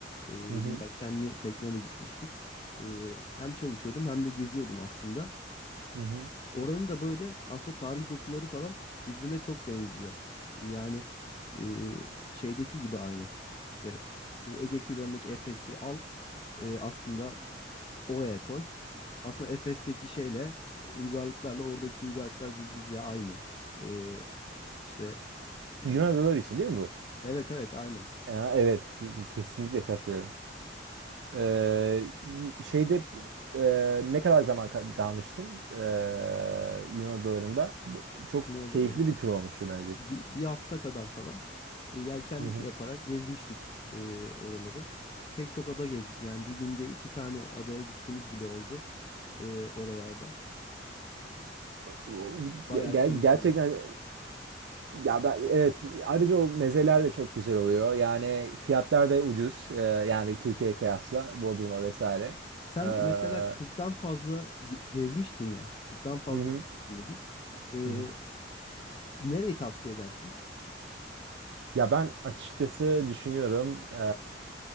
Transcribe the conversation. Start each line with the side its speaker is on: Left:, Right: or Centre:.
Left: Ee,
Right: Hı hı.
Left: bir yelkenli tekneyle gitmiştik. Ee, hem çalışıyordum hem de geziyordum aslında.
Right: Hı hı.
Left: Oranın da böyle aslında tarihi dokuları falan birbirine çok benziyor. Yani e, şeydeki gibi aynı. İşte bu Ege kıyılarındaki Efes'i al e, aslında oraya koy. Aslında Efes'teki şeyle uygarlıklarla oradaki uygarlıklar birbiriyle aynı. E, işte
Right: Yunan
Left: e,
Right: adaları için değil mi bu?
Left: evet evet aynen.
Right: Ya, evet kesinlikle katılıyorum. Ee, y- şeyde e, ne kadar zaman ka- kalmıştım ee, Yunan adalarında. Bu- Çok
Left: Yunanistan
Right: keyifli bir tur olmuştur bence.
Left: bir, bir hafta kadar falan e, yelken
Right: Hı hı.
Left: yaparak gezmiştik e, oraları. Pek çok ada gezdik. Yani bir günde iki tane adaya gittiğimiz bile oldu. e, oralarda.
Right: O- ya-
Left: Bayağı
Right: ger-
Left: keyifliydi.
Right: gerçekten ya ben evet ayrıca o mezeler de çok güzel oluyor. Yani fiyatlar da ucuz. Ee, yani Türkiye'ye kıyasla Bodrum'a vesaire.
Left: Sen
Right: Ee, hı
Left: mesela 40'tan fazla ge- gezmiştin ya. 40'tan fazla
Right: hı.
Left: yer gezdin dedin. E,
Right: Hı hı.
Left: nereyi tavsiye edersin?
Right: Ya ben açıkçası düşünüyorum. eee,